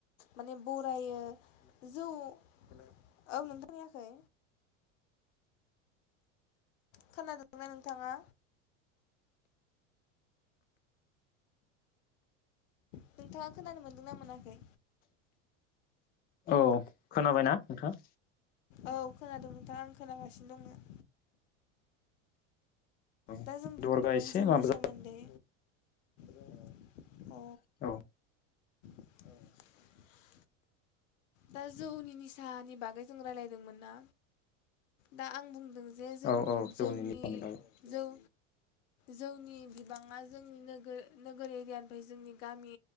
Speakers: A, on the left; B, on the left.
A: माने बरायो। जौ औ नोंथां खोनायाखै? खोनादोंना नोंथाङा? नोंथाङा खोनानो मोनदोंना मोनाखै?
B: औ। खोनाबायना नोंथाङा?
A: औ खोनादों नोंथाङा आं खोनागासिनो दङ।
B: औ
A: दा जों
B: नेटवर्कआ
A: बुंदोंमोन
B: एसे
A: जौनि
B: माबा
A: सोमोन्दै। जाबाय अ।
B: जा औ
A: <unintelligible> दा जौनि निसानि बागै जों रायलायदोंमोन ना, दा आं बुंदों जों जे
B: औ औ जौनि
A: जों-जोंनि
B: निसानि बागै
A: जों जौनि बिबाङा जोंनि नोगोर नोगोर एरियानिफ्राय जोंनि गामि